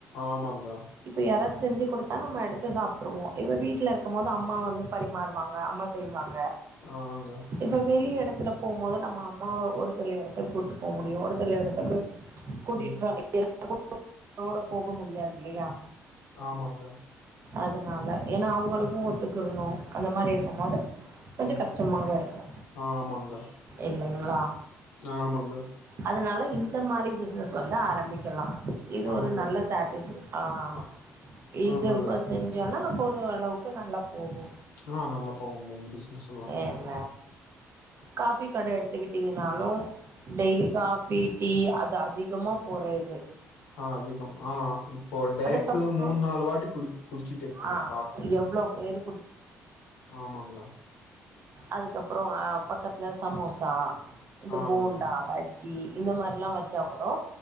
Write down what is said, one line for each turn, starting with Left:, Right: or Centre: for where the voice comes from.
Left: ஆமாங்கா
Right: இப்ப யாராச்சு செஞ்சு குடு தா நம்ம எடுத்து சாப்ட்ருவோ இப்ப வீட்ல இருக்கு போது அம்மா வந்து பரிமாறுவாங்க அம்மா செய்வாங்க
Left: ஆங்க
Right: இப்ப வெளியட த்துல போம்போது நம்ம அம்மாவ ஒரு சில எடத்து கூப்புட்டு போக முடியு ஒரு சில எடத்துக்கு கூட்டிட்டு
Left: ம்
Right: தா போக முடியாது இல்லயா
Left: ஆமாங்க
Right: அதுனால ஏனா அவுங்களுக்கு ஒத்துக்குருணு அந்த மாரி இருக்கு போது கொஞ்ச
Left: ம்
Right: கஷ்டமாக இருக்கு
Left: ஆமாங்க
Right: இல்லைங்ளா
Left: ஆமாங்க
Right: அதுனால இந்த மாரி பிசினஸ் வந்து ஆரபிக்கலா இது
Left: ஆமாங்க
Right: ஒரு நல்ல சட்டிஸ் ஆஹ்
Left: ஆ
Right: இது
Left: ஆ நல்லது
Right: இப்ப செஞ்சோன் ஒரு அளவுக்கு நல்லா போகு
Left: ஆஹ் நல்லா போகுங்க இந்டிஸ்னஸ்ல்லா
Right: ஏன் காஃபி கட எடுத்துக்கிட்டிங்கனாலு டெய்லி காஃபி டீ அதிகமா போறது
Left: ஆஹ் அதிகம் ஆஹ் இப்போ டேக்கு
Right: அதுக்கப்றோ
Left: மூணு நாலு பாட்டி குடி குடிச்சிட்டேருக்காங்க
Right: ஆ
Left: காஃபி
Right: எவ்ளோ பேரு
Left: ஆமாங்க
Right: அதுக்கப்பற ஹ பக்கத்ல சமோசா இந்த
Left: ஆங்க
Right: போண்டா ப ஜி இந்த மார்லா வச்சா கொட